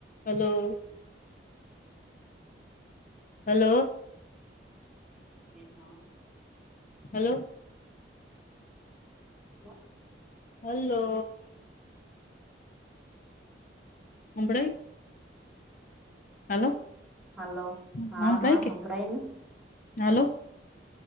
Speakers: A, on the left; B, in the centre.
A: Hello hello
B: હા
A: hello
B: હ
A: hello સંભળાય હલો સંભાળયકે
B: હાલો હા હા સંભળાય ને
A: હલો